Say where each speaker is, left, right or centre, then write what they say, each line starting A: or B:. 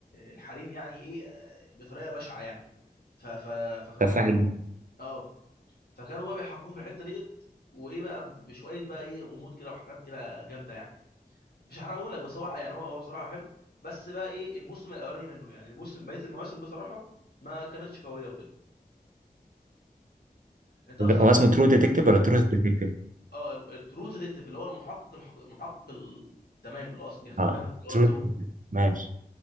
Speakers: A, on the left; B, on the right.
A: الحريم يعني ايه آه، بطريقه بشعه يعني ف... ف... فكانوا
B: تفاحة
A: بيحققوا
B: جدا.
A: في- اه فكانوا بقى بيحققوا في الحته ديت وايه بقى بشويه بقى ايه غموض كده وحاجات كده جامده يعني مش هحرقه لك بس هو يعني هو هو بصراحه حلو بس بقى ايه الموسم الاولاني منه يعني الموسم بقيه المواسم بصراحه ما كانتش قويه وكده انت اصلا
B: هو اسمه
A: بت...
B: ترو ديتكتيف ولا ترو ديتكتيف
A: اه الترو ديتكتيف اللي هو المحقق الحق... المحقق ال- التمام الاصلي يعني
B: اه
A: فاهم اللي هو
B: ترو
A: الترو
B: ماشي